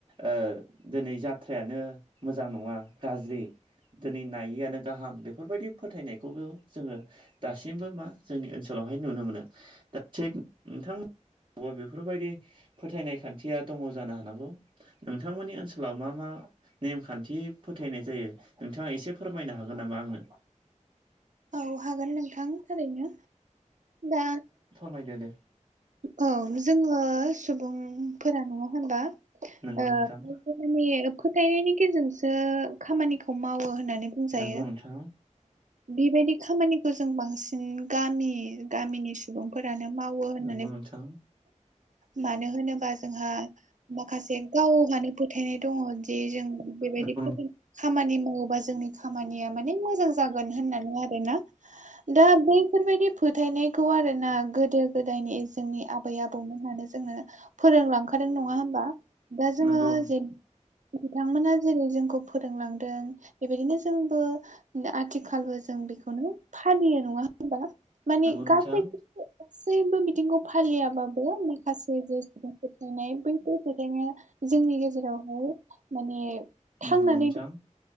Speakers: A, on the right; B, on the right.
A: ओ दिनै जाथ्रायानो मोजां नङा गाज्रि। दिनै नायिआनो गाहाम बेफोरबायदि फोथायनायखौबो जोङो दासिमबो मा जोंनि ओनसोलावहाय नुनो मोनो। थिग नोंथांमोन बेफोरबायदि फोथायनाय खान्थिया दङ जानो हानांगौ। नोंथांमोननि ओनसोलाव मा मा नेमखान्थि फोथायनाय जायो नोंथाङा एसे फोरमायनो हागोन नामा आंनो।
B: औ हागोन नोंथां ओारैनो दा
A: खायदे दे।
B: औ जोङो सुबुंफोरा नङा होनबा
A: नंगौ
B: ओ
A: नोंथां
B: फथानि- फोथायनायनि गेजेरजोंसो खामानिखौ मावो होननानै बुंजायो।
A: नंगौ नोंथां
B: बेबायदि खामानिखौ जों बांसिन गामि गामिनि सुबुंफोरानो मावो होन
A: नंगौ नोंथां
B: मानो होनोबा जोंहा माखासे गावहानो फोथायनाय दङ जे जों बेबायदि
A: नंगौ
B: फो खामानि मावोबा जोंनि खामानिया माने मोजां जागोन होननानै आरोना। दा बैफोरबायाददि फोथायनायखौ आरो ना गोदो गोदायनि जोंनि आबै आबौमोन मानो जोंनो फोरोंलांखादों नङा होमबा दा जोङो
A: नंगौ
B: जेब बिथांमोना जेरै जोंखौ फोरोंलांदों बेबायदिनो जोंबो आथिखालबो जों बेखौनो फालियो नङा होनबा। मानि
A: नोंथां
B: गासै सैबो मिथिं फालियाबाबो माखासे जे सुबुंफोरथायनाय बैफोर बेखायनो जोंनि गेजेरावहाय माने थांनानै
A: नंगौ नोंथां